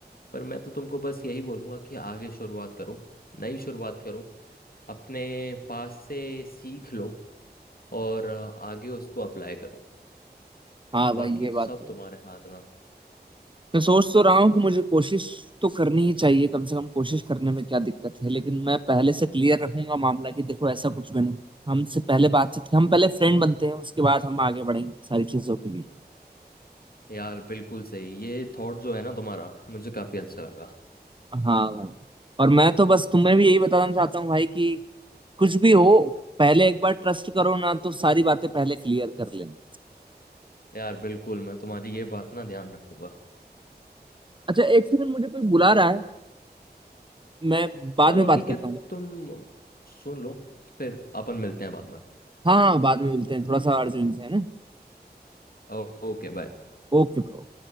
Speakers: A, on the left; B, on the right.
A: पर मैं तो तुमको बस यही बोलूंगा कि आगे शुरुआत करो नई शुरुआत करो अपने पास से सीख लो और अ, आगे उसको अप्लाई करो
B: हाँ
A: बाकी
B: भाई ये
A: तो
B: बात
A: सब
B: तो
A: तुम्हारे
B: है
A: हाथ में
B: मैं सोच तो रहा हूँ कि मुझे कोशिश तो करनी ही चाहिए कम से कम कोशिश करने में क्या दिक्कत है लेकिन मैं पहले से क्लियर रखूंगा मामला कि देखो ऐसा कुछ भी नहीं हमसे पहले बातचीत हम पहले फ्रेंड बनते हैं उसके बाद हम आगे बढ़ेंगे सारी चीजों के लिए
A: यार बिल्कुल सही ये थॉट जो है ना तुम्हारा मुझे काफी अच्छा लगा
B: हाँ भाई और मैं तो बस तुम्हें भी यही बताना चाहता हूँ भाई कि कुछ भी हो पहले एक बार ट्रस्ट करो ना तो सारी बातें पहले क्लियर कर लेना
A: यार बिल्कुल मैं तुम्हारी ये बात ना ध्यान रखूंगा
B: अच्छा एक सेकंड मुझे कोई बुला रहा है मैं बाद
A: चलो
B: में बात
A: ठीक
B: करता
A: है
B: हूँ
A: तुम सुन लो फिर अपन मिलते हैं बाद में
B: हाँ हाँ बाद में मिलते हैं थोड़ा सा अर्जेंट है ना
A: ओ- Okay bye
B: Okay bro.